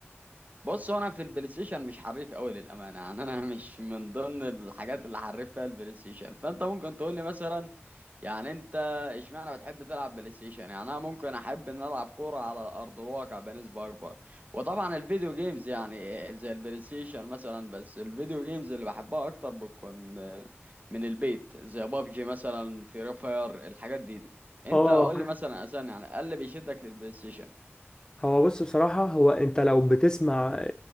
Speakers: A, on the right; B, on the left.
A: بص هو انا في البلاي ستيشن مش حريف قوي للامانه يعني انا <laughs> مش من ضمن الحاجات اللي حريف فيها البلاي ستيشن فانت ممكن تقول لي مثلا يعني انت اشمعنى بتحب تلعب بلاي ستيشن يعني انا ممكن احب ان العب كوره على ارض الواقع بنسبه اكبر وطبعا الفيديو جيمز يعني إيه، زي البلاي ستيشن مثلا بس الفيديو جيمز اللي بحبها اكتر بتكون آه، من البيت زي بابجي مثلا فري فاير الحاجات دي دي انت
B: اه
A: قول لي مثلا اساسا يعني إيه اللي بيشدك للبلاي ستيشن
B: هو بص بصراحة هو أنت لو بتسمع